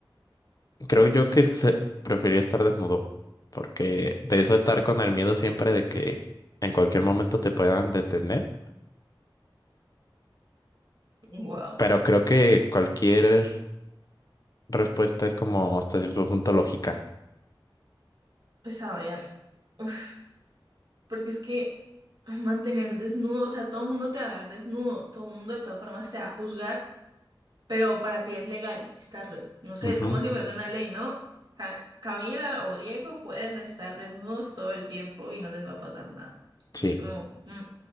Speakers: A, on the left; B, on the right.
A: Creo yo que se- prefería estar desnudo, porque de eso estar con el miedo siempre de que en cualquier momento te puedan detener,
B: Wow.
A: pero creo que cualquier respuesta es como hasta cierto punto lógica.
B: Pues a ver. Uf, porque es que mantener desnudo, o sea, todo el mundo te va a ver desnudo, todo el mundo de todas formas te va a juzgar. Pero para ti es legal estarlo. No sé,
A: Ujú.
B: es como si fuese una ley, ¿no? Ca- Camila o Diego pueden estar desnudos todo el tiempo y no les va a pasar nada.
A: Sí,
B: Y es como... mm.